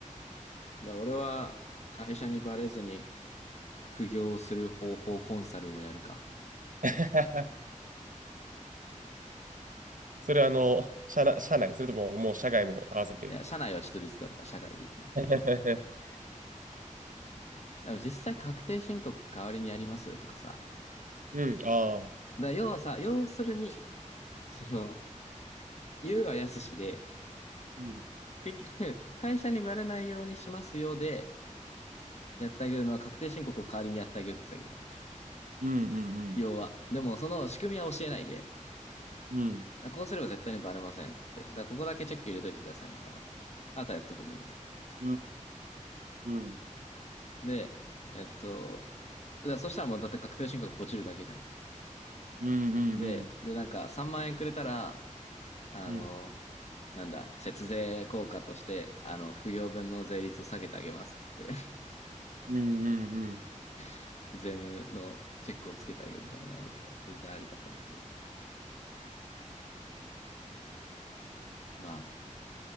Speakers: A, on the left; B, on the right.
A: だから俺は会社にバレずに副業をする方法コンサルをやるか。
B: <laughs> それはあの、社内、社内、それとももう社外も合わせて。
A: いや、社内はちょっとリスクあるから社外で行きますわ。
B: <laughs>
A: でも実際確定申告代わりにやりますよとかさ。
B: うん。ああ。
A: だから要はさ、要するに、その、言うはやすしで、
B: うん。
A: 結局、会社にバレないようにしますよで、やってあげるのは確定申告を代わりにやってあげるって言ってたけど
B: うんうん
A: 要は。でも、その仕組みは教えないで、
B: うん。うん。
A: あこうすれば絶対にバレませんっつって。だからここだけチェック入れといてくださいみたいな。あとはやっとくんで、みたいな。
B: うん。うん
A: で、えっと、だからそしたらもうだって確定申告ポチるだけじゃん。
B: うんうん。
A: で、で、なんか3万円くれたら、あの、
B: うん。
A: なんだ、節税効果として、あの、副業分の税率を下げてあげますっつって、
B: うんうんうん。
A: <laughs> 税務のチェックをつけてあげるみたいなのやるのもね、全然ありだと思うけど。まあ、